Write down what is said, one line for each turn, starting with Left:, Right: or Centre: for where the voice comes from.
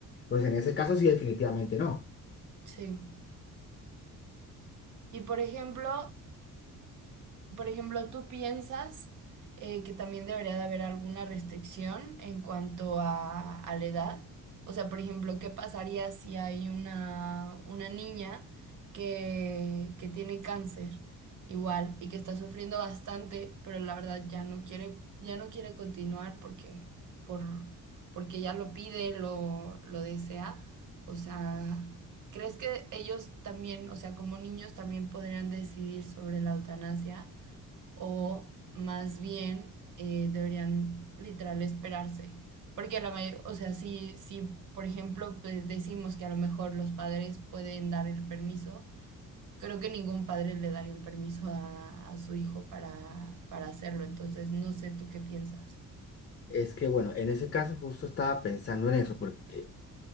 Left: pues en ese caso sí definitivamente no.
Right: Sí. Y por ejemplo, por ejemplo, ¿tú piensas eh, que también debería de haber alguna restricción en cuanto a, a la edad? O sea, por ejemplo, ¿qué pasaría si hay una, una niña que, que tiene cáncer igual y que está sufriendo bastante, pero la verdad ya no quiere, ya no quiere continuar porque, por, porque ya lo pide, lo, lo desea? O sea... ¿Crees que ellos también, o sea, como niños también podrían decidir sobre la eutanasia? o más bien eh, deberían literal esperarse. Porque la mayor, o sea, si, si por ejemplo pues, decimos que a lo mejor los padres pueden dar el permiso, creo que ningún padre le daría un permiso a, a su hijo para, para hacerlo. Entonces, no sé tú qué piensas.
Left: Es que bueno, en ese caso justo estaba pensando en eso, porque